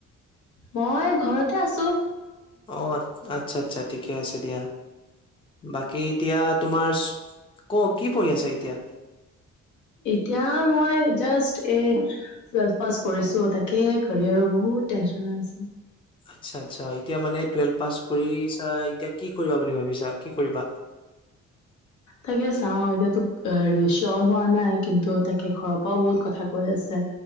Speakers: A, on the left; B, on the left.
A: মই ঘৰতে আছো।
B: অ আচ্ছা আচ্ছা ঠিকে আছে দিয়া। বাকী এতিয়া তোমাৰ ক কি পঢ়ি আছা এতিয়া?
A: এতিয়া মই জাষ্ট এ টুৱেলভ পাছ কৰিছো। তাকে কেৰিয়াৰৰ বহুত টেনচন হৈ আছে।
B: আচ্ছা আচ্ছা। এতিয়া মানে টুৱেলভ পাছ কৰিছাই, এতিয়া কি কৰিবা বুলি ভাবিছা কি কৰিবা?
A: তাকে চাওঁ। এতিয়াতো চিয়ৰ হোৱা নাই, কিন্তু তাকে ঘৰৰ পৰাও বহুত কথা কৈ আছে।